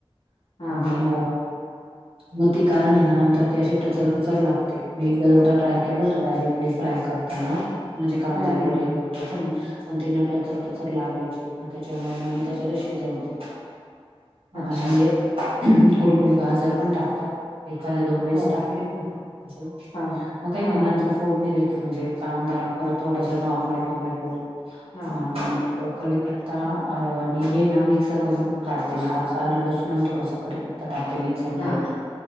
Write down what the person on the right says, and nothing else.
आणि
मग ते कारण आहे ना नंतर ती अशी टचरा टचर लागते मी एकदा दोनदा ट्राय केलं होत डायरेक्ट आपली फ्राय करताना म्हणजे कांदा
वगैरे
एक वापरते
पण तेना टचर टचर लागायची. त्याच्यामुळे मग मी त्याच्यातच शिजवते
आणि कोणी कोणी गाजर पण टाकतात. एखादे दोन वेळेस
टाकलेत मी अस
मग काही
नाही नंतर फोडणी देते म्हणजे कांदा परत थोडासा नॉर्मल टोमॅटो
आणि कडीपत्ता हे ना मिक्सर मधून काढते मी आ आल, लसुण थोडासा कडीकत्ता टाकते मिक्सर मध्ये